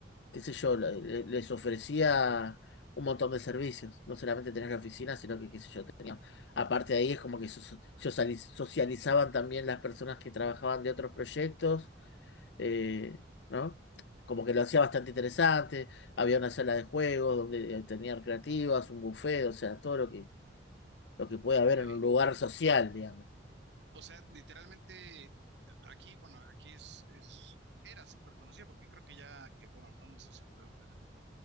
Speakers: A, on the left (about 70°); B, on the right (about 70°).
A: qué sé yo, le- les ofrecía un montón de servicios. No solamente tener la oficina, sino que, qué sé yo, Aparte de ahí es como que so- so- sociali- socializaban también las personas que trabajaban de otros proyectos, eh, ¿no? Como que lo hacía bastante interesante. Había una sala de juegos donde eh, tenían creativas, un buffet, o sea, todo lo que, lo que puede
B: ok.
A: haber en un lugar social,
B: O,
A: digamos.
B: o sea, literalmente, eh, aquí, bueno, aquí es, es, era súper conocida porque creo que ya quebró, ¿no? No estoy seguro, la de